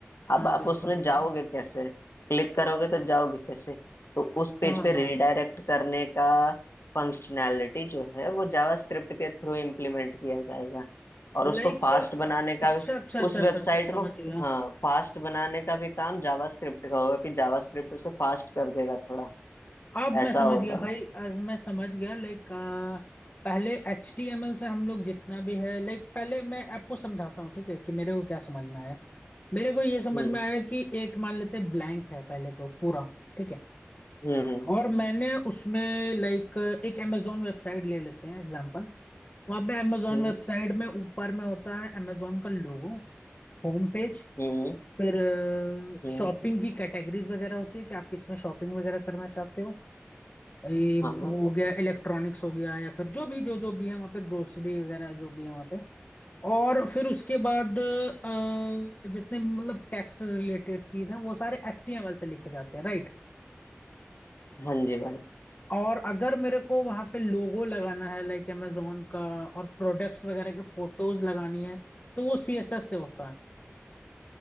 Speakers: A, on the left; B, on the left.
A: अब
B: हाँ
A: आप
B: बिल्कुल
A: उसमें
B: बिल्कुल
A: जाओगे कैसे क्लिक करोगे तो जाओगे कैसे तो उस पेज
B: हाँ
A: पे
B: हाँ
A: रिडायरेक्ट करने का फंक्शनैलिटी जो है वो जावास्क्रिप्ट के थ्रू इम्प्लीमेंट किया जाएगा और
B: लाइक
A: उसको फास्ट
B: अच्छा
A: बनाने का भी
B: अच्छा अच्छा
A: उस वेबसाइट
B: अच्छा अच्छा, समझ
A: को
B: गया
A: हाँ फास्ट बनाने का भी काम जावास्क्रिप्ट का होगा कि जावास्क्रिप्ट उसे फास्ट कर देगा थोड़ा
B: अब
A: ऐसा
B: मैं समझ
A: होगा
B: गया भाई आज मैं समझ गया लाइक पहले एच टी एम एल से हम लोग जितना भी है लाइक पहले मैं आपको समझाता हूँ ठीक है कि मेरे को क्या समझ में आया मेरे को ये समझ
A: हम्म
B: में आया कि एक मान लेते ब्लैंक है पहले तो पूरा ठीक है
A: हम्म
B: और मैंने उसमें लाइक एक अमेजोन वेबसाइट ले लेते हैं एग्जांपल वहां पे अमेजोन
A: हम्म
B: वेबसाइट में ऊपर में होता है अमेजोन का लोगो होम पेज
A: हम्म
B: फिर
A: हम्म
B: शॉपिंग की कैटेगरीज वगैरह होती है कि आप किसमें शॉपिंग वगैरह करना चाहते हो ये वो
A: हाँ
B: हो गया इलेक्ट्रॉनिक्स हो गया या फिर जो भी जो जो भी है वहाँ पे ग्रोसरी वगैरह जो भी है वहाँ पे और फिर उसके बाद अ, जितने भी मतलब टैक्स रिलेटेड चीज है वो सारे एचटीएमएल से लिखे जाते हैं राइट
A: हाँ जी भाई
B: और अगर मेरे को वहां पे लोगो लगाना है लाइक amazon का और प्रोडक्ट्स वगैरह के फोटोज लगानी है तो वो सीएसएस से होता है